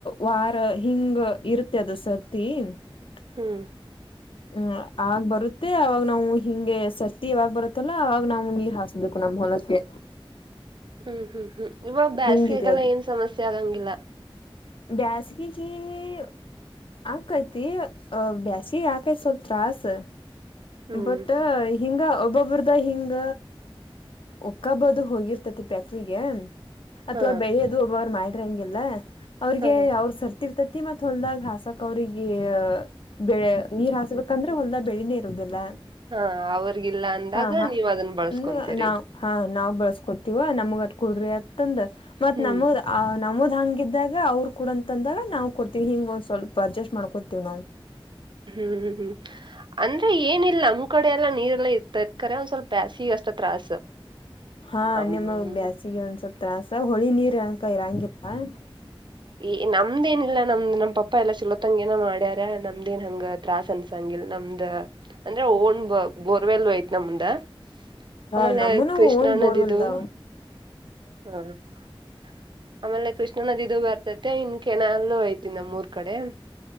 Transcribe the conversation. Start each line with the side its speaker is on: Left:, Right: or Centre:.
Left: ವಾರ ಹಿಂಗ ಇರುತ್ತೆ ಅದು ಸರ್ತಿ. <unintelligible>
Right: ಹೂ. <unintelligible>
Left: <inaudible> ಇಲ್ಲ ಆಗ ಬರುತ್ತೆ ಅವಾಗ ನಾವು ಹಿಂಗೆ ಸರ್ತಿ ಯವಾಗ್ ಬರುತ್ತಲ್ಲಾ ಅವಾಗ ನಾವು ನೀರ್ ಹಾಸ ಇದಕ್ಕು ನಮ್ಮ ಹೊಲಕ್ಕೆ. <unintelligible>
Right: ಹು ಹು ಹು ಇವಾಗ ಬೇಸಗ್ಯಾ
Left: ಹಿಂಗಿದೆ
Right: ಎಲ್ಲಾ ಏನ್ ಸಮಸ್ಯೆ ಆಗಂಗಿಲ್ಲ. <unintelligible>
Left: ಬ್ಯಾಸಗೀ <unintelligible> ಆಕೈತಿ ಅ ಬ್ಯಾಸಗಿ ಆಕೆತಿ ಸ್ವಲ್ಪ ತಾರಸ್. <unintelligible>
Right: ಹ್ಮ್
Left: ಬಟ್ ಹಿಂಗ ಒಬ್ಬೊಬ್ರದ ಹಿಂಗ ಒಕ್ಕಬೋದು ಹೋಗಿರ್ತತಿ ಫ್ಯಾಕ್ಟರಿಗೆ ಅಥವಾ
Right: ಹಾ
Left: ಬೆಳೆಯೋದು ಒಬ್ಬರ ಮಾಡಿರಿಂಗ್ ಇಲ್ಲ. <unintelligible> ಅವ್ರಿಗೆ
Right: ಹಾ
Left: ಅವರ ಸರ್ತಿ ಇರ್ತತಿ ಮತ್ತ ಹೊಲ್ದಾಗ ಹಾಸಕ್ ಅವ್ರಿಗೆ ಬೆಳೆ ನೀರ್ ಹಾಸಬೇಕ. <unintelligible> ಯಾಕಂದ್ರೆ ಹೊಲ್ದ ಬೆಳಿನೇ ಇರುದಿಲ್ಲ
Right: ಹಾ ಅವ್ರಿಗಿಲ್ಲ ಅಂದಾಗ
Left: ಹಾ ಹಾ
Right: ನೀವ್ ಅದನ್ ಬಳಸ್ಕೊಂತೀರಿ
Left: ಇನ್ ನಾವು <unintelligible> ಹಾ ನಾವ್ ಬಳಸ್ಕೊತಿವ ನಮಗ ಅದ ಕೊಡ್ರಿ ಅಂತಂದ ಮತ್ತ
Right: ಹ್ಮ್
Left: ನಮಗ ಆ ನಮದ್ ಹಂಗ ಇದ <unintelligible> ಇದಾಗ ಅವರ ಕೂಡ ಅಂತ ಅಂದಾಗ ನಾವು ಕೊಡ್ತೀವಿ ಹಿಂಗ ಒಂದ ಸ್ವಲ್ಪ ಅಜಸ್ಟ್ ಮಾಡ್ಕೊತೀವಿ ನಾವು. <unintelligible>
Right: ಹೂ ಹೂ. <unintelligible> ಅಂದ್ರೆ ಏನಿಲ್ಲ ನಮ್ಮ ಕಡೆ ಎಲ್ಲಾ ನೀರೆಲ್ಲಾ ಇರ್ತದ ಕರೆ ಒಂದ್ ಸ್ವಲ್ಪ ಬ್ಯಾಸಿಗ ಅಷ್ಟ ತ್ರಾಸ. <unintelligible>
Left: ಹಾ
Right: ನಮ್
Left: ನಿಮ್ಮಗ ಬ್ಯಾಸಿಗೆ ಒಂದ್ ಸ್ವಲ್ಪ್ ತ್ರಾಸ ಹೊಳಿ ನೀರ್ ಅಂಕ ಇರಂಗಿಲ್ಲ. <unintelligible>
Right: ಈ ನಮ್ದ ಏನಿಲ್ಲ ನಮ್ದ್ ನಮ್ಮ ಪಪ್ಪಾ ಎಲ್ಲಾ ಚೋಲೋತಂಗ ಏನೋ ಮಾಡ್ಯಾರ ನಮ್ದ ಏನ್ ಹಂಗ ಆತ್ <unintelligible> ತ್ರಾಸ್ ಅನ್ಸಂಗ ಇಲ್ಲ ನಮ್ದ್ ಅಂದ್ರೆ ಓನ್ ಬ ಬೋರ್ವೆಲ್ ಯತ್ ನಮ್ದ. <unintelligible>
Left: ಹಾ
Right: ಆಮೇಲೆ
Left: ನಮ್ಮನು
Right: ಕೃಷ್ಣಾ
Left: ಓನ್ ಬೋರ್ವೆಲ್ದಾವ್
Right: ನದಿದುನು <unintelligible> ಹಾ. <unintelligible> ಆಮೇಲೆ ಕೃಷ್ಣ ನದಿದು ಬರ್ತೈತೆ ಇನ್ ಕೆಣಲ್ಲೂ ಐತಿ ನಮ್ಮ ಊರ್ ಕಡೆ. <unintelligible>